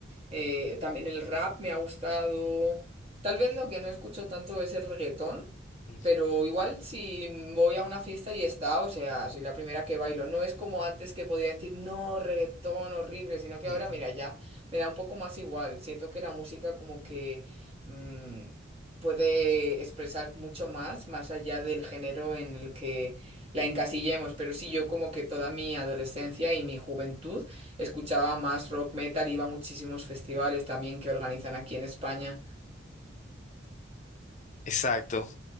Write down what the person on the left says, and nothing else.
ujú,
ujú.
Exacto.